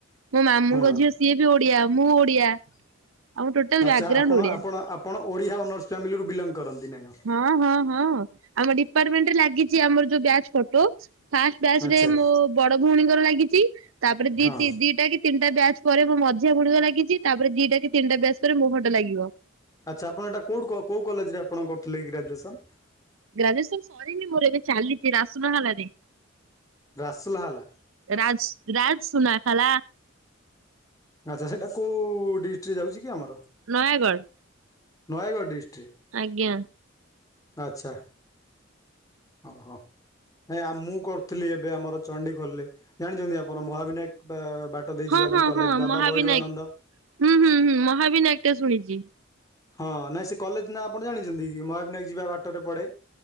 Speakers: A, on the right; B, on the left.
A: ମୋ ମାମୁଁଙ୍କ
B: ହଁ।
A: ଝିଅ ସିଏ ବି ଓଡ଼ିଆ ମୁଁ ଓଡ଼ିଆ। ଆମ ଟୋଟାଲ
B: ଆଚ୍ଛା
A: ବ୍ୟାକଗ୍ରାଉଣ୍ଡ
B: ଆପଣ
A: ଓଡ଼ିଆ।
B: ଆପଣ ଆପଣ ଓଡ଼ିଆ ଅନର୍ସ ଫ୍ୟାମିଲିରୁ ବିଲଙ୍ଗ କରନ୍ତି ନା କଣ?
A: ହଁ ହଁ ହଁ ଆମ ଡିପାର୍ଟମେଣ୍ଟରେ ଲାଗିଛି ଆମର ଯୋଉ ବ୍ୟାଚ୍ ଫଟୋ ଫାଷ୍ଟ ବ୍ୟାଚ
B: ଆଚ୍ଛା
A: ରେ ମୋ ବଡ଼ ଭଉଣୀଙ୍କର ଲାଗିଛି ତାପରେ ଦି
B: ହଁ
A: ଦିଟା କି ତିନିଟା ବ୍ୟାଚ ପରେ ମୋ ମଝିଆ ଭଉଣିବା ଲାଗିଛି ତାପରେ ଦିଟା କି ତିନିଟା ବ୍ୟାଚ ପରେ ମୋ ଫଟୋ ଲାଗିବ।
B: ଆଚ୍ଛା ଆପଣ ଏଇଟା କୋଉଠୁ କୋଉ କଲେଜରେ ଆପଣ କରିଥିଲେ କି ଗ୍ରାଜୁଏସନ?
A: ଗ୍ରାଜୁଏସନ ସରିନି ମୋର ଏବେ ଚାଲିଛି ରାସୁନା ହଲାରେ
B: ରାସଲାହେଲା
A: ରାଜ ରାଜ ସୁନା ଖଲା।
B: ଆଚ୍ଛା ସେଇଟା କୋଉ ଡିଷ୍ଟ୍ରିକରେ ଯାଉଛି କି ଆମର?
A: ନୟାଗଡ଼।
B: ନୟାଗଡ଼ ଡିଷ୍ଟ୍ରିକ।
A: ଆଜ୍ଞା।
B: ଆଚ୍ଛା ଓହୋ। ନାଇଁ ମୁଁ କରିଥିଲି ଏବେ ଆମର ଚଣ୍ଡି ଖୋଲରେ ଜାଣିଛନ୍ତି ଆପଣ ମହାବିନାୟକ ବା ବାଟ ଦେଇ ଯିବା
A: ହଁ
B: ଯୋଉ
A: ହଁ
B: କଲେଜ
A: ହଁ
B: ବାବା
A: ମହାବିନାୟକ
B: ଭୈରବାନନ୍ଦ
A: ହୁଁ ହୁଁ ହୁଁ ମହାବିନାୟକ ଟା ଶୁଣିଚି।
B: ହଁ ନାଇଁ ସେ କଲେଜ ନା ଆପଣ ଜାଣିଛନ୍ତି କି ମହାବନାୟକ ଯିବା ବାଟରେ ପଡ଼େ।